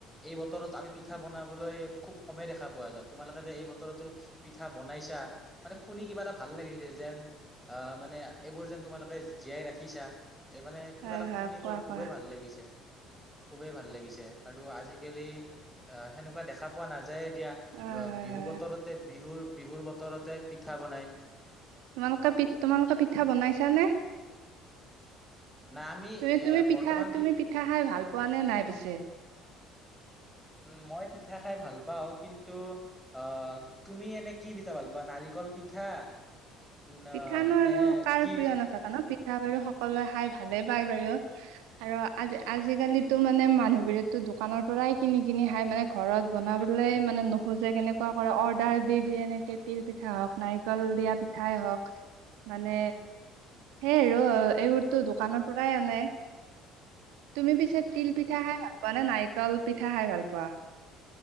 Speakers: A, in the centre; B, on the right (about 75°).
A: এই বতৰত আমি পিঠা বনাবলৈ খুব কমেই দেখা পোৱা যায়। তোমালোকে যে এই বতৰতো- পিঠা বনাইছা মানে শুনি কিবা এটা ভাল লাগিছে যেন আহ মানে- এইবোৰ যেন তোমালোকে জীয়াই ৰাখিছা এই মানে কিবা
B: হয়
A: এটা
B: হয়
A: শুনি
B: কোৱা
A: মোৰ খুবেই
B: কোৱা
A: ভাল লাগিছে। খুবেই ভাল লাগিছে আৰু আজিকালি আহ সেনেকুৱা দেখা পোৱা নাযায় এতিয়া।
B: অ
A: বা
B: হয়
A: বিহু
B: হয়
A: বতৰতে বিহুৰ বিহুৰ বতৰতে পিঠা বনাই।
B: তোমালোকে পি তোমালোকে পিঠা বনাইছা নে?
A: না আমি
B: তুমি
A: এ
B: তুমি পিঠা
A: বৰ্তমান
B: তুমি পিঠা খাই ভাল পোৱা নে নাই পিছে?
A: উ মই পিঠা খাই ভাল পাওঁ কিন্তু আহ তুমি এনে কি পিঠা ভাল পোৱা নাৰিকল পিঠা ন
B: পিঠা নু
A: নে
B: আৰু কাৰ
A: কি
B: প্ৰিয় নাথকা ন পিঠা বাৰু সকলোৱে খাই ভালে পায় বাৰু আৰু আজ আজিকালিতো মানে মানুহবোৰেতো দোকানৰ পৰাই কিনি কিনি খাই মানে ঘৰত বনাবলৈ
A: উম,
B: মানে নোখোজে কেনেক- অৰ্ডাৰ দি দিয়ে এনেকে তিল পিঠা হক নাৰিকল দিয়া- পিঠাই হওক মানে সেই ৰ এইবোৰতো দোকানৰ পৰাই আনে তুমি পিছে- তিল
A: উম,
B: পিঠা খাই ভাল পোৱা নে নাৰিকল পিঠা খাই ভাল পোৱা?